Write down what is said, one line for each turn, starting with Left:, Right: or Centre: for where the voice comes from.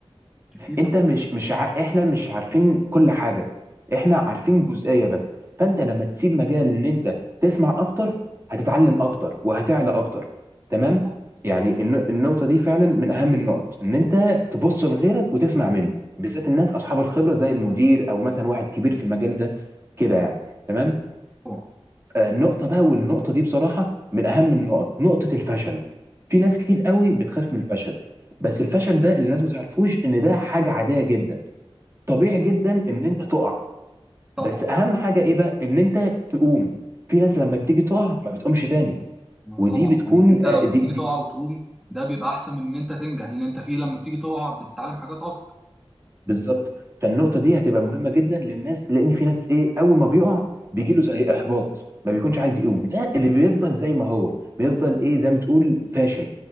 Centre: اكيد
Right: انت مش مش ع... احنا مش عارفين كل حاجه احنا عارفين جزئيه بس فانت لما تسيب مجال ان انت تسمع اكتر هتتعلم اكتر وهتعلى اكتر تمام
Centre: طبعا
Right: يعني الن... النقطه دي فعلا من اهم النقط ان انت تبص لغيرك وتسمع منه بالذات الناس اصحاب الخبره زي المدير او مثلا واحد كبير في المجال ده كده يعني تمام
Centre: طبعا
Right: آه النقطه بقى والنقطه دي بصراحه من اهم النقط نقطه الفشل في ناس كتير قوي بتخاف من الفشل بس الفشل ده اللي الناس ما تعرفوش ان ده حاجه عاديه جدا طبيعي جدا ان انت تقع
Centre: طبعا
Right: بس اهم حاجه ايه بقى ان انت تقوم في ناس لما بتيجي تقع ما بتقومش تاني
Centre: ما
Right: ودي
Centre: طبعا
Right: بتكون
Centre: يعني انت
Right: آه،
Centre: لما
Right: دي,
Centre: بتيجي
Right: دي
Centre: تقع وتقوم ده بيبقى احسن من ان انت تنجح لان انت فيه لما بتيجي تقع بتتعلم حاجات اكتر
Right: بالظبط فالنقطه دي هتبقى مهمه جدا للناس لان في ناس ايه اول ما بيقع بيجي له زي احباط ما بيكونش عايز
Centre: طبعا
Right: يقوم ده اللي بيفضل زي ما هو بيفضل ايه زي ما تقول فاشل